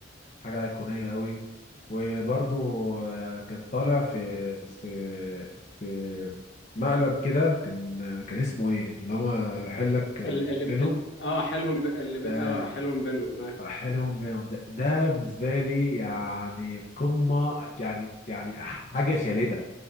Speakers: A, on the left; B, on the left.
A: حاجة أيقونية قوي وبرضو آه، كان طالع في في في مقلب كده كان كان اسمه ايه اللي هو حلك
B: اللي, اللي
A: بينهم
B: ال- اه حيلهم ب... اللي ب...
A: آه
B: اه حيلهم بينهم آه.
A: حلهم بينهم ده, ده بالنسبة لي يعني قمة يعني يعني حاجة خالدة